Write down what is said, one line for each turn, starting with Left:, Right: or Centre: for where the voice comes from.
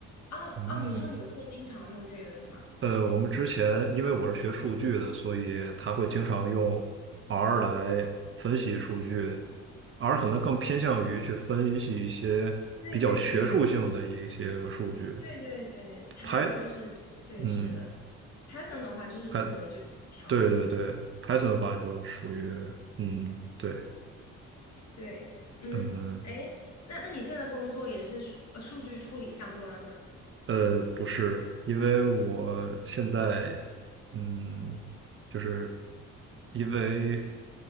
Left: 啊啊，
Right: 嗯。
Left: 你说你们会经常用这个是吗？
Right: 呃，我们之前因为我是学数据的，所以他会经常用 R 来分析数据。R 可能更偏向于去分析一些比较学术性的一些个数据。
Left: 对对对对对对，它它就是对，
Right: Py，嗯
Left: 是的。Python 的话，就是功能就比较强了，
Right: ，Py，对对对，Python
Left: 我觉得。
Right: 的话就属于，嗯，对，
Left: 对，嗯，
Right: 嗯，
Left: 哎，那那你现在的工作也是数呃数据处理相关吗？
Right: 呃，不是，因为我现在，嗯，就是因为